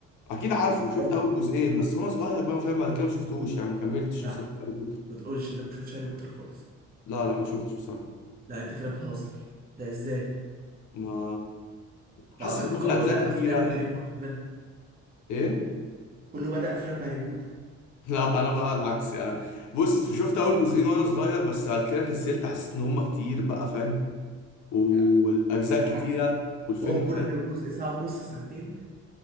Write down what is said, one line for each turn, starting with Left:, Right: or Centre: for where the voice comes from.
Left: اكيد عارفه شفت
Right: بجد
Left: اول جزئين بس وانا صغير بقى فاهم بعد كده ما شفتوش يعني ما كملتش
Right: لا
Left: بصراحه هاري بوتر
Right: ما تقولش انك ما شفتش هاري بوتر خالص
Left: لا لا ما شفتش بصراحه
Right: لا انت كده بتهزر ده ازاي
Left: ما حاسس
Right: ده اعتقد
Left: ان هو
Right: كله
Left: الاجزاء
Right: بدأ
Left: كتيره
Right: افلام بهاري بوتر ده
Left: ايه
Right: كله بدأ افلام بهاري بوتر
Left: لا انا بقى العكس يعني بص شفت اول جزئين وانا صغير بس بعد كده كسلت حسيت ان هم كتير بقى فاهم والاجزاء
Right: لا انت بالعكس
Left: كتيره
Right: ده
Left: والفيلم
Right: هو كل
Left: فاهم
Right: جزء ساعة ونص ساعتين